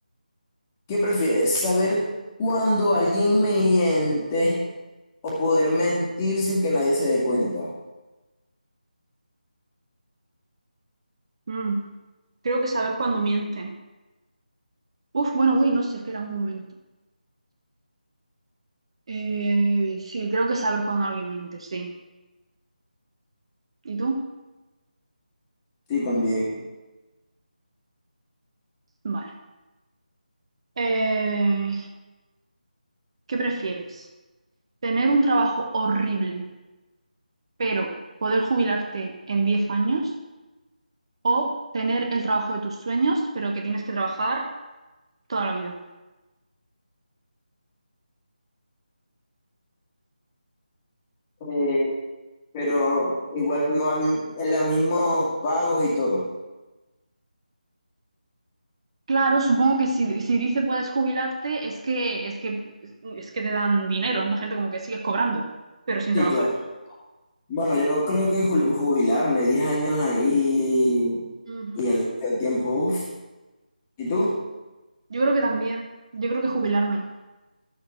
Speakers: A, on the left; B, on the right.
A: ¿Qué prefieres? ¿Saber cuando alguien miente o poder mentir sin que nadie se dé cuenta?
B: Mm, Creo que saber cuándo mienten. Uf, bueno, uy, no sé, espera un momento. Eh, sí, creo que saber cuándo alguien miente, sí. ¿Y tú?
A: Sí, también.
B: Vale. Eh, ¿qué prefieres? ¿Tener un trabajo horrible, pero poder jubilarte en 10 años? ¿O tener el trabajo de tus sueños, pero que tienes que trabajar toda la vida?
A: Eh, pero igual no al- en los mismos pagos y todo.
B: Claro, supongo que si, si dice puedes jubilarte, es que, es que, es que te dan dinero, imagínate como que sigues cobrando, pero sin
A: Sí,
B: trabajar.
A: claro. Bueno, yo creo que jul- jubilarme, 10 años ahí
B: Ujú.
A: y el resto del tiempo, uf. ¿Y tú?
B: Yo creo que también. Yo creo que jubilarme.